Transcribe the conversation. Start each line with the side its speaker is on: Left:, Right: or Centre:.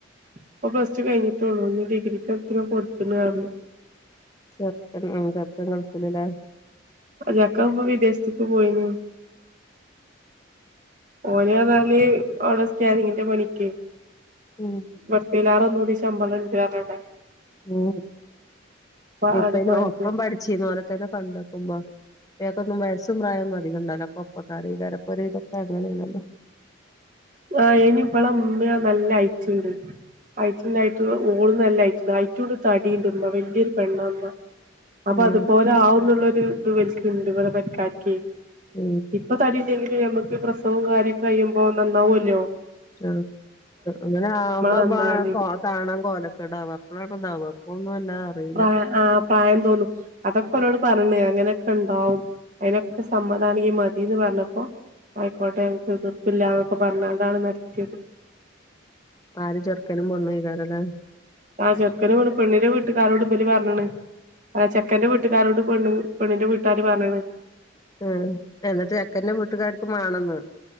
Right: ഇപ്പ പ്ലസ് ടു കഴിഞ്ഞിട്ടുള്ളൂ ഇനി ഡിഗ്രിക്കെത്തിനോ കൊടുത്ത്ണ് അറഞ്.
Left: ചെർക്കൻ ആ ചെർക്കൻ ഗൾഫിൽ ലെ.
Right: ആ ചെക്കൻ പ്പം വിദേശത്ത്ക്ക് പോയിണ്. ഓന് <unintelligible> അഉടെ സ്കാനിങ്ങിന്റെ പണിക്ക്.
Left: ഉം
Right: മറ്റിലേറെ ഒന്നുടെ ശമ്പളണ്ട് ന്നറിഞ് അഉടെ.
Left: ഉം ഇപ്പ
Right: ആടെ
Left: അയിന്
Right: പോയതാണ്
Left: ഒപ്പം പഠിച്ചിനോൽത്തന്നെ കണ്ട ഇപ്പ മർ ട്ട്യാക്കൊന്നും വയസ്സും പ്രായൊന്നും അധികണ്ടാവൂല ഒക്കെ ഒപ്പകാ രേക്കാരം ഇപ്പൊ ഒരുവിദൊക്കെ അങ്ങനേണല്ലോ. <inaudible>
Right: ആ അയിന് ഇവളമ്മീം നല്ല അയിറ്റ്ണ്ട്. ഐറ്റ്ണ്ടായിട്ട് ഓള് നല്ല ഐറ്റ്‌ ഐറ്റുണ്ട് തടീണ്ട് മ്മ വല്യൊരു പെണ്ണ മ്മ. അപ്പൊ
Left: ഉം
Right: അതുപോലെ ആവുന്നുള്ളൊരു ഇത് ഇവൽക്ണ്ട് ഇവളെ പേരക്കര്ക്കെ
Left: ഉം
Right: ഇപ്പ തടി അല്ലെങ്കിലും ഞമ്മക്ക് പ്രസവും കാര്യൊക്കെ കയിയുമ്പോ നന്നാവൊല്ലോ.
Left: ആഹ്. <unintelligible> അങ്ങനെ ആവുമ്പോഅപ്പൊ
Right: നന്നാവല്
Left: ആ കൊ കാണാൻ കോലക്കെടാവ അപ്പളാ ഇതാവ ഇപ്പൊന്നു വല്ലാ അറീ
Right: അ ആ പ്രായം തോന്നും അതൊക്കെ ഒരോട് പ പറഞ് അങ്ങനൊക്കെ ഉണ്ടാവും അതിനൊക്കെ സമ്മതാണെങ്കി മതീന്ന് പറഞ്ഞപ്പോ. ആയിക്കോട്ടെ ഞങ്ങക്ക് എതിർപ്പില്ലന്നൊക്കെ പറഞ്ഞണ്ടാണ് നടത്തിയത്.
Left: ആര് ചെറുക്കനും പെണ്ണു ഏക്കാരല്ലേ?
Right: ആ ചെർക്കന് <unintelligible> പെണ്ണിന്റെ വീട്ടുകാരോട് ഇബല് പറഞ്ഞണ് ചെക്കൻന്റെ വീട്ടുകാരോട് പെണ്ണ് പെണ്ണിന്റെ വീട്ടേര് പറഞ്ണ്.
Left: എ എന്നിട്ട് ചെക്കൻറെ വീട്ടുകാര്ക്ക് മാണെന്ന്.